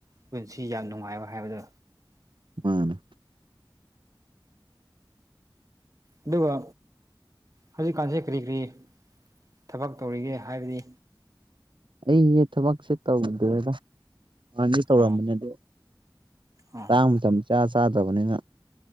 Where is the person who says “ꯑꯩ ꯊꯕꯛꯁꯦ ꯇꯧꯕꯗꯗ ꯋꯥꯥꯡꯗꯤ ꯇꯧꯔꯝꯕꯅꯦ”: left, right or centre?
Right